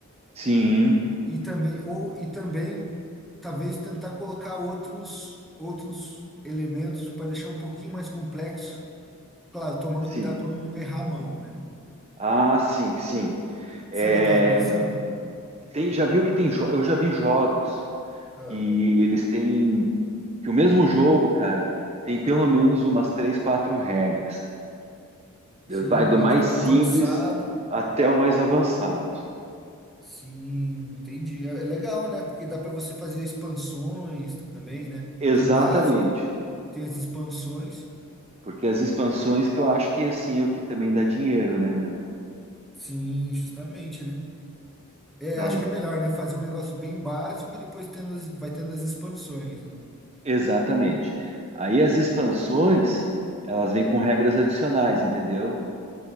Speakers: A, on the right; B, in the centre.
A: Sim,
B: E também ou e também talvez tentar colocar outros outros elementos para deixar um pouquinho mais complexo, claro, tomando
A: sim.
B: cuidado para não errar a mão, né?
A: Ah, sim, sim. É,
B: Sabe o que eu tava pensando?
A: tem, já viu que tem. jo- Eu já vi jogos.
B: Ah,
A: que eles têm que o mesmo jogo, cara, tem pelo menos umas três, quatro regras, cara.
B: sim,
A: Vai do mais
B: adv- avançado
A: simples até o mais avançado.
B: Sim, entendi. É é legal, né? Porque dá para você fazer expansões também, né?
A: Exatamente.
B: Tem o básico, tem as expansões.
A: Porque as expansões que eu acho que assim é o que também dá dinheiro, né, meu?
B: Sim, justamente, né? É,
A: Aí-
B: acho que é melhor, né? Fazer um negócio bem básico e depois tendo as- vai tendo as expansões, né?
A: exatamente. Aí as expansões, elas vêm com regras adicionais, entendeu?